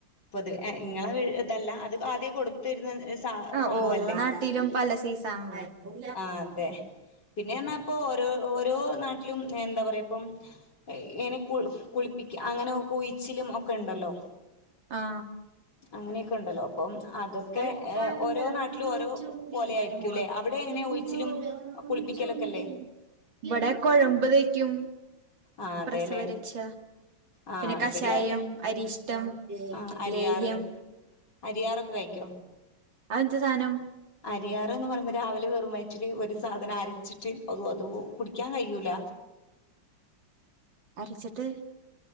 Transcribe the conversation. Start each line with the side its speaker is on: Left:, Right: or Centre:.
Left: പ്പത് ഏഹ് ഇങ്ങളെ വീ ഇതല്ല അത് ആദ്യേ കൊടു ത്തിരുന്ന ഒരു സാ
Right: ആ
Left: സംഭവല്ലേ
Right: ഓരോ നാട്ടിലും പല സൈസാണല്ലോ
Left: ആഹ് അതെ പിന്നെ അറഞ്ഞാ പ്പൊരോ ഓരോ നാട്ടിലും എന്താ പറയാ ഇപ്പം ഏഹ് എനി കുൾ കുൾപ്പിക്ക അങ്ങനൊക്കുഴിച്ചിലും ഒക്കെണ്ടല്ലോ
Right: ആ
Left: അങ്ങനെയൊക്കെണ്ടല്ലോ അപ്പം അതൊക്കെ
Right: കൽക്കണ്ടം
Left: ഏഹ് ഓരോ നാട്ടിലും ഓരോ
Right: ചുണ്ടിൽ
Left: പോലെ ആയിരിക്കുംല്ലേ
Right: എന്റെ മോള്
Left: അവടെ എങ്ങനെ
Right: സിന്ദൂരം
Left: ഉഴിച്ചിലും ഒ കുളിപ്പിക്കലൊക്കെല്ലേ
Right: ചുണ്ടിൽ ഇവിടെ കുഴമ്പ് തേക്കും
Left: ആഹ് അതെല്ലേ
Right: പ്രസവ രക്ഷ
Left: ആഹ്
Right: പിന്നെ കഷായം
Left: ഇവിടെയും അതെ
Right: അരിഷ്ടം
Left: ആഹ് അരിയാറ്
Right: ലേഹ്യം
Left: അരിയാറൊക്കെ കഴിക്കോ
Right: അഹ് എന്ത് സാധനം
Left: അരിയാറ് എന്ന് പറയുമ്പോ രാവിലെ വെറും വയറ്റില് ഒരു സാധനം അരച്ചിട്ട് ഔ അത് കുടിക്കാൻ കഴിയൂല
Right: അരച്ചിട്ട്